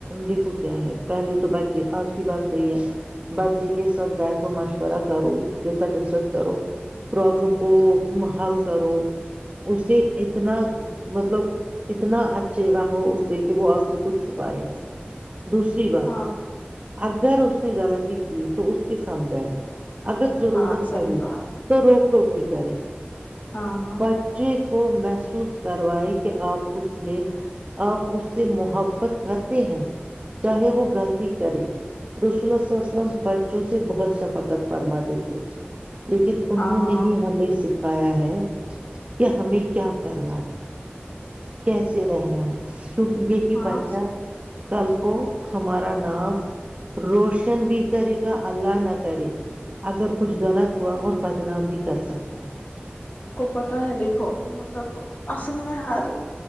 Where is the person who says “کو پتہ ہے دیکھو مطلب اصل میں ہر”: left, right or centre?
Left